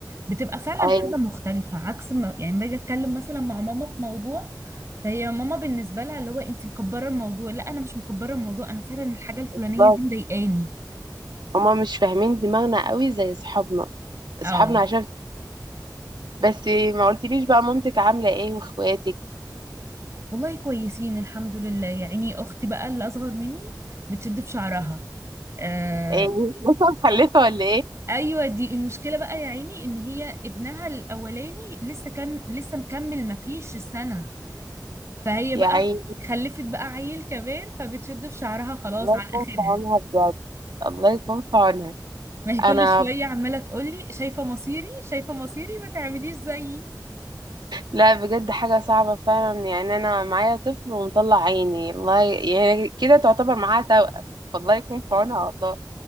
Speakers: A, on the right (about 40°); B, on the right (about 85°).
A: بتبقى فعلا
B: ايوه
A: حاجة مختلفة عكس ما يعني باجي اتكلم مثلا مع ماما في موضوع فهي ماما بالنسبه لها اللي هو انت مكبره الموضوع لا انا مش مكبره الموضوع انا فعلا الحاجه الفلانيه
B: بالظبط
A: دي مضايقاني
B: هما مش فاهمين دماغنا قوي زي اصحابنا
A: اه
B: اصحابنا عشان بس ما قلتليش بقى مامتك عاملة ايه واخواتك
A: والله كويسين الحمد لله يا عيني اختي بقى اللي اصغر مني بتشد في شعرها آه
B: ايه لسه مخلفة ولا ايه
A: ايوه دي المشكله بقى يا عيني ان هي ابنها الاولاني لسه كم لسه مكمل ما فيش السنه فهي بقى
B: يا عيني
A: خلفت بقى عيل كمان فبتشد في شعرها خلاص
B: الله
A: عن
B: يكون
A: اخرها
B: في عونها بجد الله يكون في عونها
A: ما هي كل
B: انا
A: شويه عماله تقول لي شايفه مصيري شايفه مصيري ما تعمليش زيي
B: لا بجد حاجة صعبة فعلا يعني انا معايا طفل ومطلع عيني الله ي... يعني كده تعتبر معاها توأم فالله يكون في عونها والله